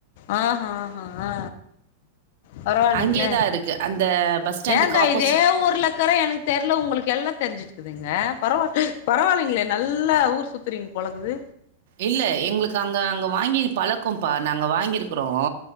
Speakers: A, on the left; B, on the right.
A: ஆஹ் ஹாஹ் ஹா பரவாயில்லைங்ளே
B: அங்கேயே தான் இருக்கு. அந்த பஸ் ஸ்டாண்டுக்கு
A: ஏங்க
B: ஆப்போசி
A: இதே ஊர்ல இருக்ரே எனக்கு தெரில உங்களுக்கு எல்லா தெரிஞ்சுதுகுங்க பரவா பரவால்லிங்களே நல்லா ஊர் சுத்துறீங் பழகுது
B: இல்ல எங்களுக்கு அங்க அங்க வாங்கி பழக்கோம்ப்பா நாங்க வாங்கியிருக்குறோ